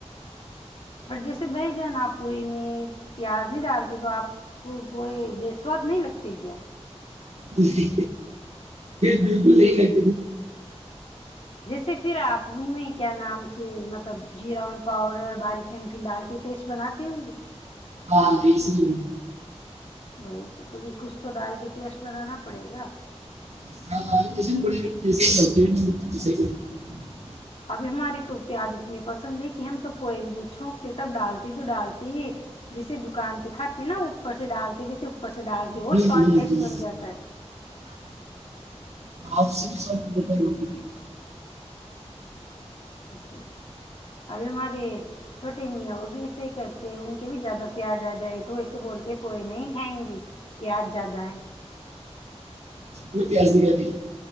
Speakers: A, on the left (about 55°); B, on the right (about 70°).
A: پر جیسے بھائی جان آپ کوئی میں پیاز نہیں ڈالتے تو آپ کو کوئی بےسواد نہیں لگتے کیا
B: <unintelligible> جی بالکلی
A: جیسے پھر آپ ان میں کیا نام سے مطلب جیرا ان پاؤڈر باریک نمکین ڈال کے ٹیسٹ بناتی ہوں گی
B: ہاں بیس تو
A: بی تو کبھی کچھ تو ڈال کے ٹیسٹ بنانا پڑے گا
B: <unintelligible>
A: ابھی ہماری تو پیاز اتنی پسند ہے کہ ہم تو پو میں چھونکتے تب ڈالتے جو ڈالتے ہی جیسے دکان پہ کھاتے ہیں نا اوپر سے ڈالتے ویسے پر سے ڈال کے اور
B: بولتے
A: سواد ٹیسٹ بن جاتا ہے
B: آپ سے بھی س ب بر ہوتی
A: ہسے ابھی ہمارے چھوٹے میاں وہ بھی ایسے ہی کرتے ہیں ان کے بھی زیادہ پیاز آ جائے تو ایسے بولتے پوئے نہیں کھائیں گی پیاز زیادہ ہے
B: وہ تز نہیں کر ت